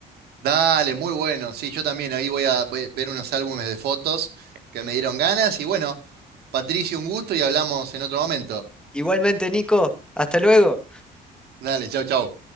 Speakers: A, on the right; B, in the centre.
A: Dale, muy bueno, sí, yo también ahí voy a ve- ver unos álbumes de fotos que me dieron ganas y bueno, Patricio, un gusto y hablamos en otro momento.
B: Igualmente, Nico, hasta luego.
A: Dale, chau, chau.